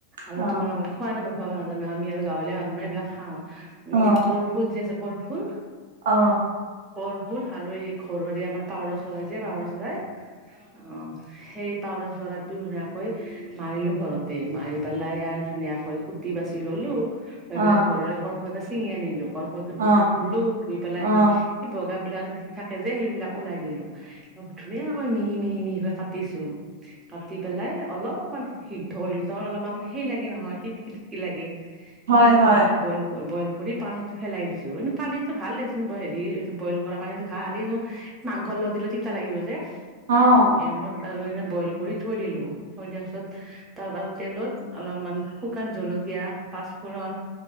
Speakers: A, on the right; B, on the right.
A: আৰু
B: অ
A: তোমালোকে খোৱা না নোখাৱা বা নাজানো আমি আৰু গাঁৱলীয়া মানুহ না এইবিলাক খাওঁ
B: অ
A: উম কলফুল যে আছে কলফুল
B: অ
A: কল ফুল আৰু এই ঘৰৰে আমাৰ পাৱৰ চৰাই যে পাৱৰ চৰাই অ সেই পাাৱৰা চৰাইটো ধুনীয়াকৈ মাৰিলো ঘৰতে মাৰি পেলাই আৰু ধুনীয়াকৈ কুটি বাচি ললো গৈ
B: অ
A: পেলাই ঘৰৰে কলফুল এটা ছিঙি আনিলো কলফুলটো ধুনীয়াকে
B: অ
A: ধুলো ধুই পেলাই
B: অ
A: সে বগা বিলাক থাকে যে সেইবিলাক ওলাই দিলো তাপা ধুনীয়াকৈ মিহি মিহি মিহিকৈ কাটিছো কাটি পেলাই অলপমান সিদ্ধ কৰি লৈছো অ অলমান সেই লাগে নহয় টটকি টতকি লাগে সেইকাৰনে
B: হয় হয়
A: গোটেইখন বইল বইল কৰি পানীটো ফেলাই দিছো কিন্তু পানীতো ভাল দিয়াচোন হেৰি বইল কৰা পানীটো ভাল এইটো মাংস লগত দিলে তিতা লাগিব যে
B: অ
A: এত আৰু এনে বইল কৰি থৈ দিলো থৈ দিয়াৰ পিছত তাৰ আৰু তেলত অলপমান শুকান জলকীয়া পাঁচফোৰণ